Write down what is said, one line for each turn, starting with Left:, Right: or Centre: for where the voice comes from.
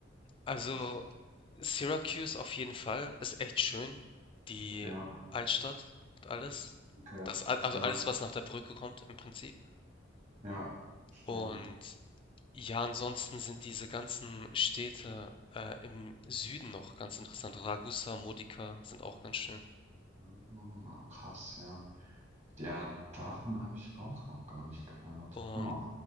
Left: Also
Right: Vielleicht.
Left: Syracuse auf jeden Fall ist echt schön. Die
Right: Ja,
Left: Altstadt und alles.
Right: okay.
Left: Das, a- also
Right: Ja,
Left: alles, was nach der Brücke kommt im Prinzip.
Right: ja, verstehe.
Left: Und ja, ansonsten sind diese ganzen Städte äh, im Süden noch ganz interessant. Ragusa, Modica sind auch ganz schön.
Right: Ah, Krass, ja. Ja, davon habe ich auch noch gar nicht gehört.
Left: und
Right: Huh.